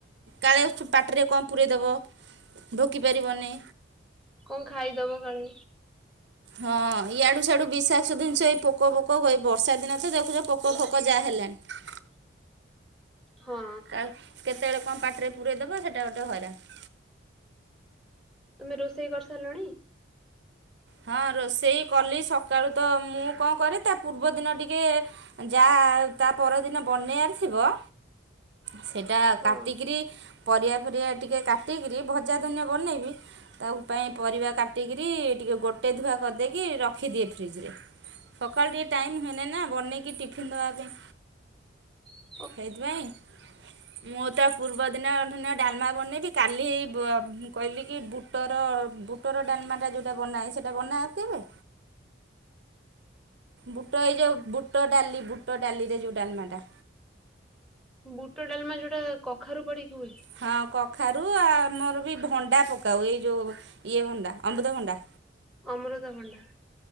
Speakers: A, on the right; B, in the centre.
A: କାଳେ ପାଟିରେ କଣ ପୂରେଇଦବ। ଢୋକି ପାରିବନି।
B: କଣ ଖାଇଦେବ କାଳେ।
A: ହଁ ଇଆଡୁ ସିଆଡୁ ବିଷାକ୍ତ ଜିନିଷ ଏଇ ପୋକ ପୋକ ଏଇ ବର୍ଷା ଦିନ ତ ଦେଖୁଛ ପୋକ ଫୋକ ଯାହା ହେଲେଣି।
B: ହଁ
A: କ କେତେବେଳେ କଣ ପାଟିରେ ପୁରେଇଦବା ସେଇଟା ଗୋଟେ ହଇରାଣ।
B: ତୁମେ ରୋଷେଇ କରିସାରିଲଣି?
A: ହଁ ରୋଷେଇ କଲି ସକାଳୁ ତ ମୁଁ କଣ କରେ ତା ପୂର୍ବଦିନ ଟିକେ ଯାହା ତା ପରଦିନ ବନେଇବାର ଥିବ ସେଇଟା କାଟିକିରି
B: ହଁ
A: ପରିବା ଫରିବା ଟିକେ କାଟିକିରି ଭଜା ଧନିଆ ବନେଇବି ତାକୁ ପାଇଁ ପରିବା କାଟିକିରି ଟିକେ ଗୋଟେ ଧୁଆ କରିଦେଇକି ରଖିଦିଏ ଫ୍ରିଜରେ। ସକାଳୁ ଟିକେ ଟାଇମ ହେନେ ନା ବନେଇକି ଟିଫିନ ଦବା ପାଇଁ
B: ହଁ
A: ହେଇଥିପାଇଁ ମୁଁ ତା ପୂର୍ବ ଦିନ ଦିନ ଡାଲମା ବନେଇବି କାଲି ବ କହିଲି କି ବୁ ବୁଟର ବୁଟର ଡାଲମାଟା ଯେଉଁଟା ବନାଏ ସେଇଟା ବନାଅ କେବେ? ବୁଟ ଏଇ ଯେଉଁ ବୁଟ ଡାଲି ବୁଟ ଡାଲିରେ ଯେଉଁ ଡାଲମାଟା।
B: ବୁଟ ଡାଲମା ଯୋଉଟା କଖାରୁ ପଡିକି ହୁଏ।
A: ହଁ କଖାରୁ ଆ ଆମର ବି ଭଣ୍ଡା ପକାଉ ଏଇ ଯେଉଁ ଇଏ ଭଣ୍ଡା ଅମୃତଭଣ୍ଡା।
B: ଅମୃତଭଣ୍ଡା।